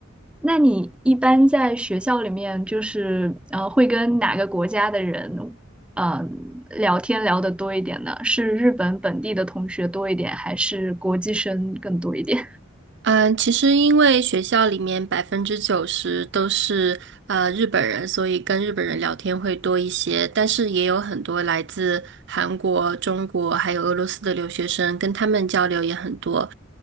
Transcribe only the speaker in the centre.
那你一般在学校里面，就是呃，会跟哪个国家的人，嗯、聊天聊得多一点呢？是日本本地的同学多一点，还是国际生更多一点？